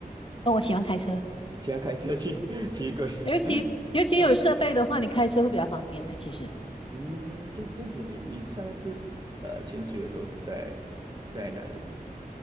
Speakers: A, on the left; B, on the right.
A: 哦，我喜欢开车。
B: 喜欢开车去 <laughs>，奇怪。
A: 尤其尤其有设备的话，
B: <laughs> 嗯
A: 你开车会比较方便的。其实，
B: 嗯，这这样子你，你上一次呃潜水的时候是在在哪里？